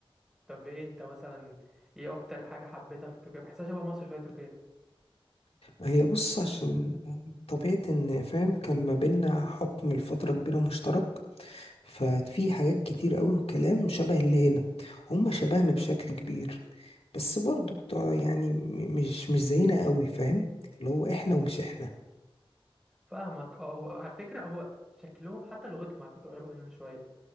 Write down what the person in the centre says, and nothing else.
طب ايه انت مثلا ايه اكتر حاجة حبيتها في تركيا بحسها شبه مصر شوية تركيا
فاهمك اه هو على فكرة هو شكلهم حتى لغتهم على فكرة قريبة مننا شوية